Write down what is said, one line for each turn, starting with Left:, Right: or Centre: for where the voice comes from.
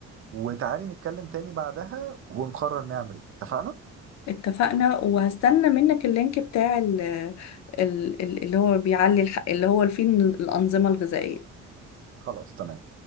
Right: وتعالي نتكلم تاني بعدها ونقرر نعمل إيه اتفقنا؟
Left: اتفقنا وهستنى منك اللينك بتاع ال- ال- ال- اللي هو بيعلي الح- اللي هو فيه الأنظمة الغذائية
Right: خلاص تمام